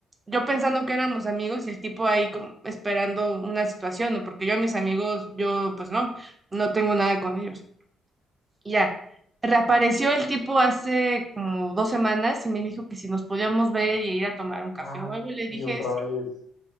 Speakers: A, on the right; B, on the left.
A: yo pensando que éramos amigos y el tipo ahí como esperando una situación, ¿no? Porque yo a mis amigos, yo pues no, no tengo nada con ellos. Y Ya, reapareció el tipo hace como dos semanas y me dijo que si nos podíamos ver y ir a tomar un café
B: Ah,
A: o algo, y le dije,
B: y otra vez.